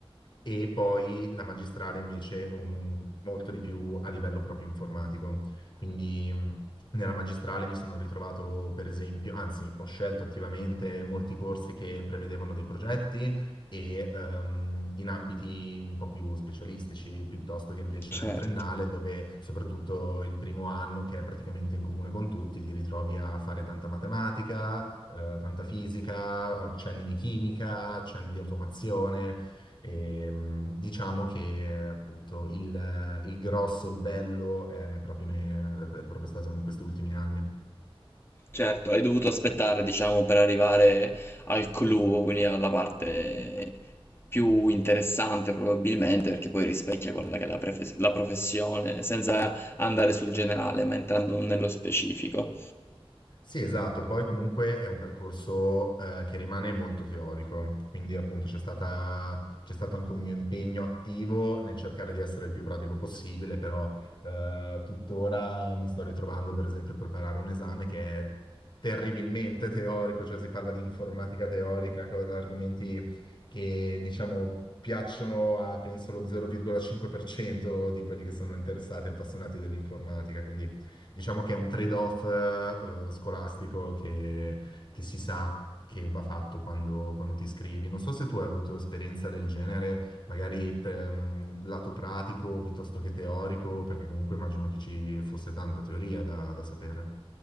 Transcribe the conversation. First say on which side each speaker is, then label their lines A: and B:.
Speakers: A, on the left; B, on the left.
A: e poi la magistrale invece un- molto di più a livello proprio informatico. Quindi mh, nella magistrale mi sono ritrovato, per esempio, anzi, ho scelto attivamente molti corsi che prevedevano dei progetti e ehm, in ambiti un po' più specialistici, piuttosto che invece
B: Certo.
A: nella triennale, dove soprattutto il primo anno, che è praticamente in comune con tutti, ti ritrovi a fare tanta matematica, eh, tanta fisica, accenni di chimica, accenni di automazione. E, mh, diciamo che appunto il, il grosso, il bello è proprio, ne- è proprio stato in questi ultimi anni.
B: Certo, hai dovuto aspettare, diciamo, per arrivare al clou, quindi alla parte più interessante probabilmente, perché poi rispecchia quella che è la, pref- la professione, senza andare sul generale, ma entrando nello specifico.
A: Sì, esatto, poi comunque è un percorso eh, che rimane molto teorico, quindi appunto c'è stata- c'è stato anche un mio impegno attivo nel cercare di essere il più pratico possibile, però eh, tuttora mi sto ritrovando per esempio a preparare un esame che è terribilmente teorico, cioè si parla di informatica teorica, co- argomenti che diciamo piacciono a penso lo 0,5% di quelli che sono interessati e appassionati dell'informatica, quindi diciamo che è un trade-off eh, scolastico che, che si sa che va fatto quando, quando ti iscrivi. Non so se tu hai avuto esperienza del genere, magari per mm, lato pratico piuttosto che teorico, perché comunque immagino che ci fosse tanta teoria da, da sapere.